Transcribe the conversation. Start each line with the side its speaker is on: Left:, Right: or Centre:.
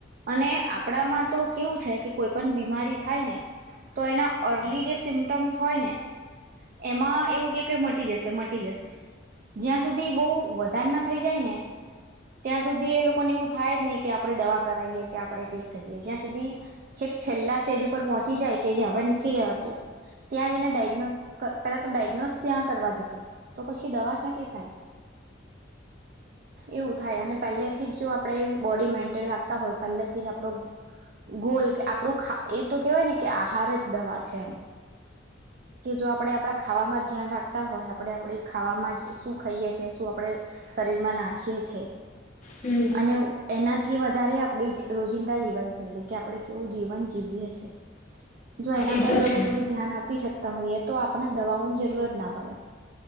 Right: અને આપણામાં તો કેવું છે કે કોઈ પણ બીમારી થાય ને તો એના અર્લી જે સિમટમ્સ હોય ને એમાં એવું કે મટી જશે મટી જશે જ્યાં સુધી બવ વધાર ના થઈ જાય ને ત્યાં સુધી એ લોકોને એવ થાય જ નહી કે આપણે દવા કરાવીએ કે આપણે કઈ કરીએ જ્યાં સુધી છેક છેલ્લા સ્ટેજ ઉપર પહોંચી જાય કે જે હવાર નથી રવાતું ત્યાં જેને ડાયગ્નોસ પેલા તો ડાયગ્નોસ ત્યાં કરવા જશે તો પછી દવા ક્યાંથી થાય. એવું થાય અને પહેલેથી જ જો આપણે બોડી મેન્ટેન રાખતા હોય પહેલાથી જ આપણો ગોલ આપણું ખા એ તો કેહેવાય ને કે આહાર જ દવા છે. કે જો આપણે આપણા ખાવામાં ધ્યાન રાખતા હોય આપણે આપણી ખાવામાં શું ખાઈએ છે શું આપણે શરીરમાં નાખીએ છે.
Left: હમ
Right: અને એનાથી વધારે આપણી રોજિંદા જીવનશૈલી કે આપણે કેવું જીવન જીવીએ છીએ. જો એના
Left: એ
Right: પર
Left: તો
Right: જો
Left: છે
Right: આપણે થોડું ધ્યાન આપ આપી શકતા હોઈએ તો આપણે દવાઓની જરૂરત ના પડે.